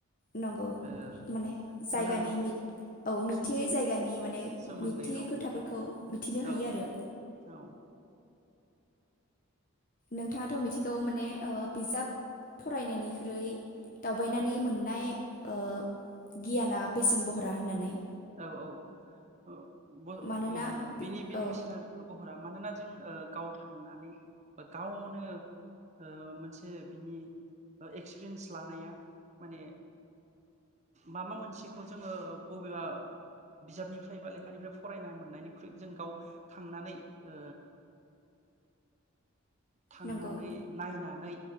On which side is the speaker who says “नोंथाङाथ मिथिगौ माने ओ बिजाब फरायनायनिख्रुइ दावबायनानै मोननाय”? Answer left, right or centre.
Left